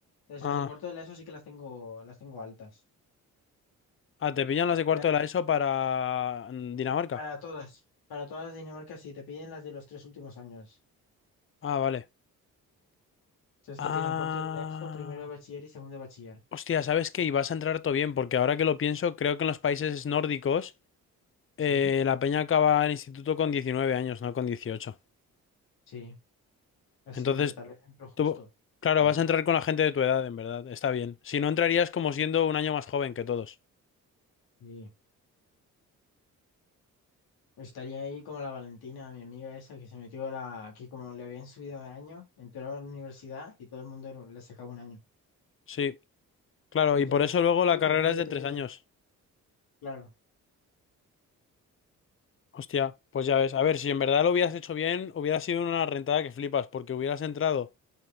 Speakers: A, on the left; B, on the left.
A: Entonces,
B: Ah,
A: las de cuarto de la ESO sí que las tengo, las tengo altas.
B: ah, te pillan las de cuarto
A: La-
B: de la ESO para mm, Dinamarca.
A: para todas, para todas las de Dinamarca sí, te piden las de los tres últimos años.
B: Ah, vale.
A: Entonces
B: Ah.
A: te piden cuarto de la ESO, primero de bachiller y segundo de bachiller.
B: Hostia, ¿sabes qué? Y vas a entrar todo bien, porque ahora que lo pienso, creo que en los países nórdicos
A: Sí,
B: eh, la peña acaba el instituto con 19 años, no con 18.
A: sí. Así
B: Entonces,
A: que tal vez entro justo,
B: tú, claro,
A: ¿verdad?
B: vas a entrar con la gente de tu edad, en verdad, está bien. Si no, entrarías como siendo un año más joven que todos.
A: Sí. Estaría ahí como la Valentina, mi amiga esa que se metió a la, que como le habían subido de año, entró a la universidad y todo el mundo le sacaba un año.
B: Sí, claro,
A: Entré
B: y por
A: con...
B: eso luego la
A: Y
B: carrera
A: todo el mundo
B: es
A: ya
B: de
A: tenía
B: tres
A: 18.
B: años.
A: Claro,
B: Hostia, pues ya ves. A ver, si en verdad lo hubieras hecho bien, hubiera sido una rentada que flipas, porque hubieras entrado,